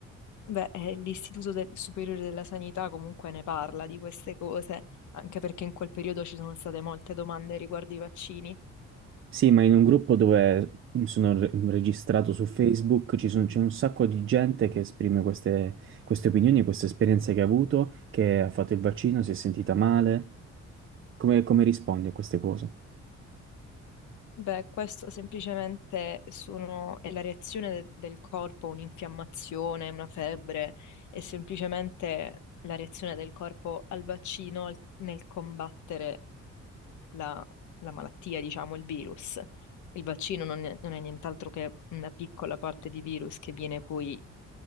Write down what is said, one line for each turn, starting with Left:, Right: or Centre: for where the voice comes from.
Left: Beh, eh, l'Istituto del- Superiore della Sanità comunque ne parla di queste cose, anche perché in quel periodo ci sono state molte domande riguardo i vaccini.
Right: Sì, ma in un gruppo dove sono re- registrato su Facebook ci sono- c'è un sacco di gente che esprime queste, queste opinioni, queste esperienze che ha avuto, che ha fatto il vaccino, si è sentita male. Come, come rispondi a queste cose?
Left: Beh, questo semplicemente sono, è la reazione de- del corpo a un'infiammazione, una febbre, è semplicemente la reazione del corpo al vaccino al- nel combattere la, la malattia, diciamo, il virus. Il vaccino non è, non è nient'altro che una piccola parte di virus che viene poi,